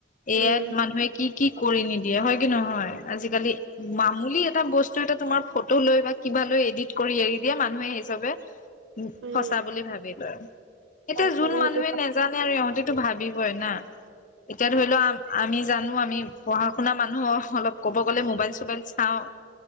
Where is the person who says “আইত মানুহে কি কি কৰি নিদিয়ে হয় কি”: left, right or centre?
Left